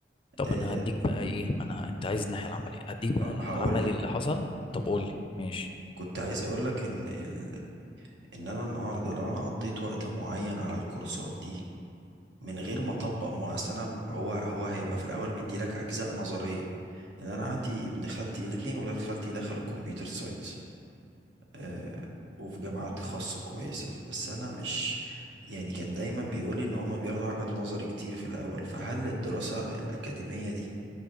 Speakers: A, on the left; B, on the right.
A: طب
B: أه
A: انا هديك بقى ايه ما انا انت عايز الناحية العملية هديك بقى العملي
B: هقول لك
A: اللي حصل طب قول لي ماشي
B: كنت عايز اقول لك ان ال ان انا النهاردة لو انا قضيت وقت معين على الكورسات دي من غير ما اطبق ما هو أصل انا هو هو هيبقى في الاول بيديلك اجزاء نظريه يعني انا عندي ابن خالتي الاثنين ولاد خالتي دخلوا الكمبيوتر ساينس آه وفي جامعات خاصه كويسه بس انا مش يعني كان دايما بيقولي ان هما بياخدوا حاجات نظري كتير في الاول فهل الدراسه الاكاديميه دي